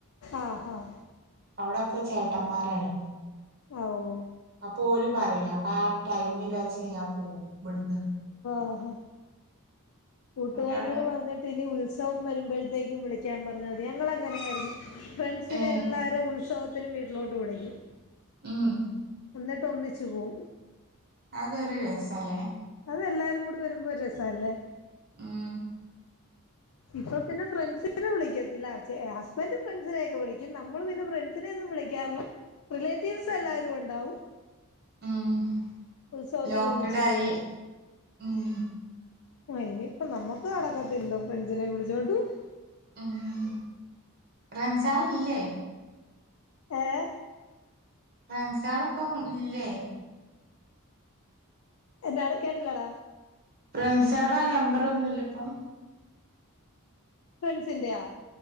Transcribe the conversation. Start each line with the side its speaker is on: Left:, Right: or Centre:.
Left: ആഹ് ആഹ്
Right: അവ്ടൊക്കെ ചേട്ടമ്മാരാണ്
Left: ഓ
Right: അപ്പൊ ഓല് പറയും അപ്പൊ ആ ടൈമിലാച്ച്യ് ഞാപോവും ബട്ന്ന്
Left: ഓഹോ കൂട്ടുകാരിയോട്
Right: എന്നിട്ട് അവിടെ
Left: പറഞ്ഞിട്ട് ഇനി ഉത്സവം വരുമ്പഴത്തേക്കും വിളിക്കാൻ പറഞ്ഞാതി ഞങ്ങളങ്ങനെയായിരുന്നു ഫ്രണ്ട്സിനെ
Right: ഏ
Left: എല്ലാരേം ഉത്സവത്തിന് വീട്ടിലോട്ട് വിളിക്കും
Right: ഉം
Left: എന്നിട്ട് ഒന്നിച്ച് പോവും
Right: അതൊരു രസാല്ലേ
Left: അതെല്ലാരും കൂടി വരുമ്പോ ഒരു രസാല്ലേ
Right: ഉം
Left: ഇപ്പൊ പിന്നെ ഫ്രണ്ട്സിനെ വിളിക്കത്തില്ല ചെ ഹസ്ബന്റ് ഫ്രണ്ട്സിനെയൊക്കെ വിളിക്കും നമ്മള് പിന്നെ ഫ്രണ്ട് സിനെ ഒന്നും വിളിക്കാറില്ല റിലേറ്റീവ്സ്
Right: ഉം
Left: എല്ലാവരും ഒണ്ടാവും
Right: ഉം
Left: ഉത്സവത്തിനൊന്നിച്ചു
Right: ലോക്ക്ഡായി
Left: പോവും
Right: ഉം
Left: ആഹ് ഇനിയിപ്പൊ നമ്മക്ക് നടക്കത്തില്ലോ ഫ്രണ്ട്സിനെ വിളിച്ചോണ്ട് പോവാൻ
Right: മ്മ്ഹ് ഫ്രണ്ട്സാളില്ലേ
Left: ഏഹ്
Right: ഫ്രൻസാള് പ്പം ഇല്ലേ
Left: എന്നാണ് കേട്ടില്ലാടാ
Right: ഫ്രണ്ട്സാളെ നമ്പർ ഒന്നുല്ലപ്പം
Left: ഫ്രണ്ട്സിന്റെയാ